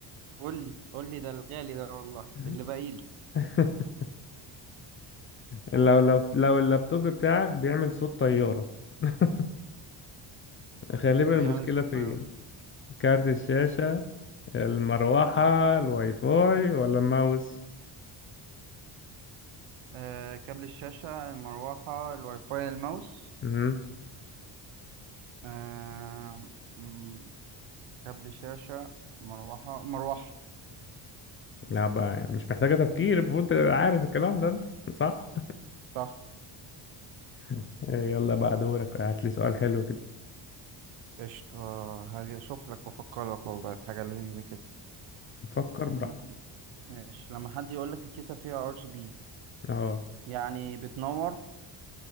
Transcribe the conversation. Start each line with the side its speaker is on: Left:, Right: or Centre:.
Right: قول لي قول لي ده الغالي ده والله
Left: <laughs>
Right: اللي باقي لي
Left: <laughs> لو لو لو اللابتوب بتاعك بيعمل صوت طيارة <laughs> غالبا
Right: بيعمل
Left: المشكلة
Right: ستة
Left: فين كارت الشاشة المروحة الواي فاي ولا الماوس
Right: آه، كابل الشاشة المروحة الواي فاي الماوس
Left: امم
Right: آه، مم، كابل الشاشة مروحة مروحة
Left: لا بقى يعني مش محتاجة تفكير المفروض انت عارف الكلام ده انت صح
Right: صح
Left: <laughs> يلا بقى دورك هات لي سؤال حلو كده
Right: قشطة هشوف لك وأفكر لك والله في حاجة لذيذة كده
Left: نفكر
Right: مم.
Left: براحتك
Right: ماشي لما حد يقول لك الكيسة فيها ار جي بي
Left: اه
Right: يعني بتنور